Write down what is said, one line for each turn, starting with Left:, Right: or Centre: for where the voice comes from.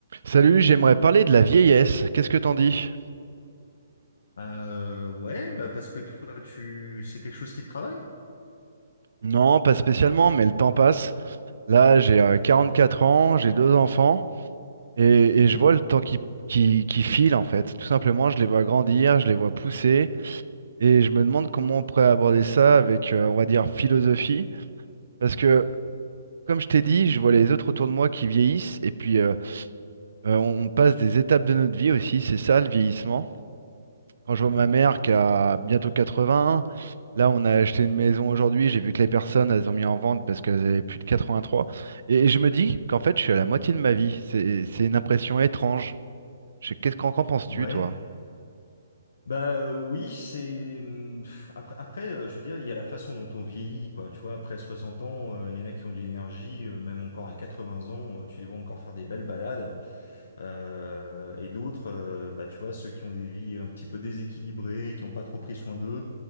Right: Salut, j'aimerais parler de la vieillesse. Qu'est-ce que t'en dis?
Left: Euh, ouais, bah parce que toi, tu, c'est quelque chose qui te travaille?
Right: Non, pas spécialement, mais le temps passe. Là, j'ai euh, 44 ans, j'ai deux enfants, et,
Left: Mhm,
Right: et je vois le temps qui, qui, qui file en fait. Tout simplement, je les vois grandir, je les vois pousser, et je me demande comment on pourrait aborder ça avec, euh, on va dire, philosophie. Parce que, comme je t'ai dit, je vois les autres autour de moi qui vieillissent, et puis euh, euh, on on passe des étapes de notre vie aussi, c'est ça le vieillissement. Quand je
Left: mhm,
Right: vois ma mère qui a bientôt 80, là on a acheté une maison aujourd'hui, j'ai vu que les personnes elles ont mis en vente parce qu'elles avaient plus de 83. Et je me dis qu'en fait je suis à la moitié de ma vie. C'est c'est une impression étrange. Je sais- Qu'est-ce qu'en qu'en penses-tu
Left: ouais.
Right: toi?
Left: Bah euh, oui, c'est hum, pff, après, après euh, je veux dire, il y a la façon dont on vieillit, quoi. Tu vois, après 60 ans, euh, il y en a qui ont de l'énergie, euh, même encore à 80 ans, euh, tu les vois encore faire des belles balades. Euh, et d'autres, euh, bah tu vois, ceux qui ont des vies un petit peu déséquilibrées, qui n'ont pas trop pris soin d'eux,